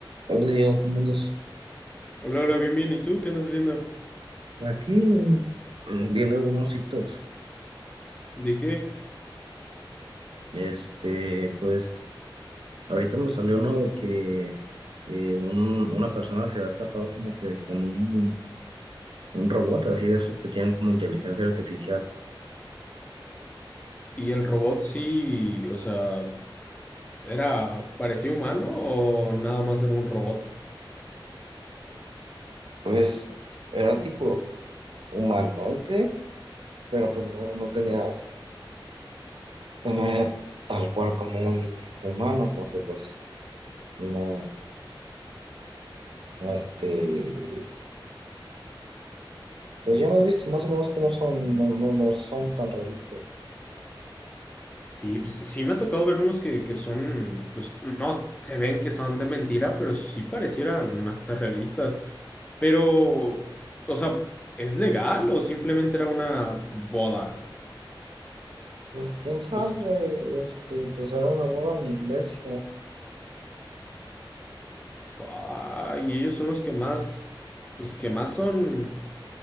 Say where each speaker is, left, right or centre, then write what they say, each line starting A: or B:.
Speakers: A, on the right (about 70°); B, on the left (about 15°).
A: Hola Diego, ¿cómo andas?
B: Hola, hola, bien, bien. ¿Y tú qué andas haciendo?
A: Aquí eh, viendo algunos TikToks,
B: ¿De qué?
A: este, pues ahorita me salió uno de que eh, un- una persona se ha casado como que con un, un robot así de esos que tienen como inteligencia artificial.
B: ¿Y el robot sí, o sea, era, parecía humano o nada más era un robot?
A: Pues era tipo humanoide, pero pues no, no tenía, pues, no era tal cual como un humano, porque pues no, no, este, pues ya hemos visto más o menos cómo son, no, no, no son tan realistas.
B: Sí, pues sí me ha tocado ver unos que, que son, pues no, se ven que son de mentira, pero sí parecieran hasta realistas. Pero, o sea, ¿es legal o simplemente era una boda?
A: Pues quién sabe,
B: O s-
A: este, pues era una boda en iglesia,
B: ay, ellos son los que más, pues que más son.